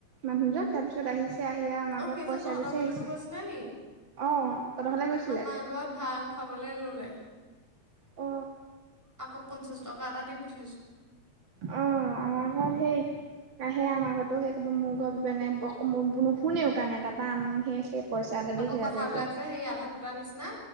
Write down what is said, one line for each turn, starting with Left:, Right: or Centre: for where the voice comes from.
Right: মানুহজন তাৰ পিছত আহিছে। আহিয়া আমাৰ
Centre: অ',
Right: ঘৰত
Centre: সেইজন
Right: পইচা
Centre: তহঁতৰ
Right: বিচাৰ
Centre: ঘৰলৈকো
Right: আহিছে,
Centre: গৈছিলে নি
Right: অ তহতৰ ঘৰলে গৈছিলে।
Centre: আমাৰ ঘৰত ভাং খাবলে ল'লে।
Right: অ,
Centre: আকৌ পঞ্চাছ টকা এটা দি পঠিয়াইছোঁ।
Right: অ' আমাৰ ঘৰত সেই আহে আমাৰ ঘৰতো সেই ক'ব মোৰ ঘৰ পিনাই ম নুশুনেও, কাৰণে তাৰপৰা আমি সেই পইচা এটা দি
Centre: আকৌ
Right: সেয়া
Centre: কথাবিলাক
Right: কৰিছোঁ
Centre: যে সেই আধা ফুটাৰ নিচিনা।